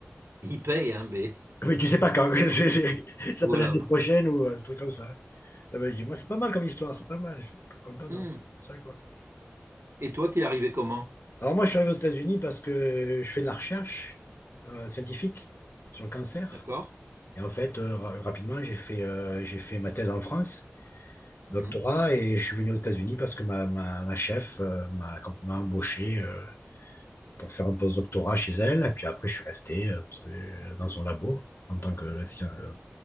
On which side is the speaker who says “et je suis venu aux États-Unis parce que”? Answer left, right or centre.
Left